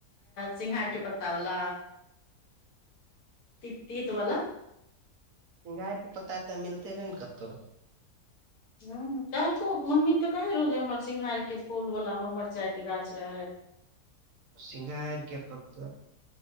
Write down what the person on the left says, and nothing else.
सिंघार के पत्ता वाला त तीत वला
ह कहलको मम्मी तऽ कहे रहौ जे हमर सिंघार के फूल वला मे मिरचाई के गाछ रहे